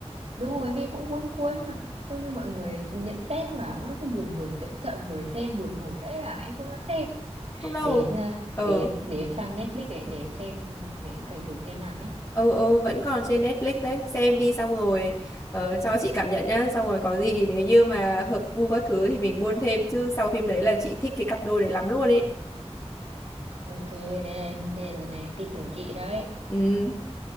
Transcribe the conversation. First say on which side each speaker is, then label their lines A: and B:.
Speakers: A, on the right; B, on the left.
A: đúng rồi nghe cũng cuốn cuốn mà không như mọi người nhận xét cũng bảo nó cứ buồn buồn chậm chậm rồi xem buồn ngủ đấy là em không dám xem
B: không đâu
A: để em à,
B: ờ
A: để em để em sang Netflix để để em xem để em cày thử xem nào nhá
B: ờ ờ vẫn còn trên Netflix đấy xem đi xong rồi ờ, cho chị cảm nhận nhá xong rồi có gì nếu như mà hợp gu các thứ thì mình buôn thêm chứ sau phim đấy là chị thích cái cặp đôi đấy lắm luôn ấy
A: ok đây là em đây lần này em tin tưởng chị đấy
B: ừ